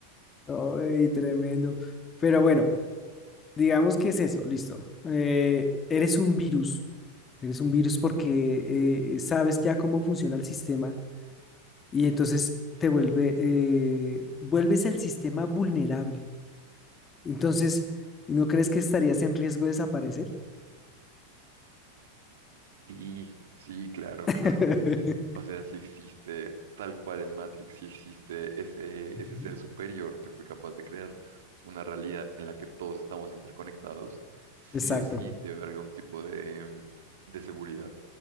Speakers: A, on the left; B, on the right.
A: no, y tremendo. Pero bueno. Digamos que es eso, listo. Eh, eres un virus, eres un virus porque eh, sabes ya cómo funciona el sistema y entonces te vuelve, eh, vuelves el sistema vulnerable. Entonces, ¿no crees que estarías en riesgo de desaparecer?
B: Sí, sí, claro,
A: <laughs>
B: claro. O sea, si existe, tal cual en Matrix, si existe ese,
A: Ujú.
B: ese ser superior que fue capaz de crear una realidad en la que todos estamos interconectados, sí
A: Exacto,
B: o sí debe haber algún tipo de, mm, de seguridad.